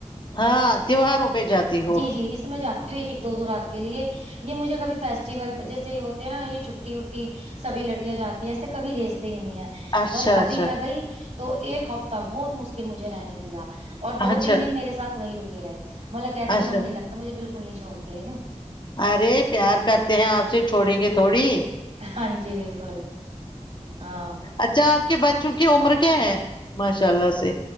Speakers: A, on the left; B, on the right.
A: ہاں تیوہاروں پہ جاتی ہو
B: جی جی اس میں جات ایک ایک دو دو رات کے لیے یہ مجھے کبھی فیسٹیول جیسے ہوتے ہیں نا یہ چھٹی وٹی سبھی لڑکیاں جاتی ہے ایسے کبھی بیچتے ہی نہیں ہے
A: اچھا
B: بس
A: اچھا
B: ابھی میں گئی تو ایک ہفتہ بہت مشکل مجھے رہنے دیا اور دو
A: اچھا
B: تین دن میرے ساتھ وہی رکے رہے مطلب کہتے ہیں
A: اچھا
B: من نہیں لگتا مجھے بالکل نہیں چھوڑتے
A: ارے پیار کرتے ہیں آپ سے چھوڑیں گے تھوڑی
B: ہاں جی بالکل ہاں
A: اچھا آپ کے بچوں کی عمر کیا ہے ماشاءاللہ سے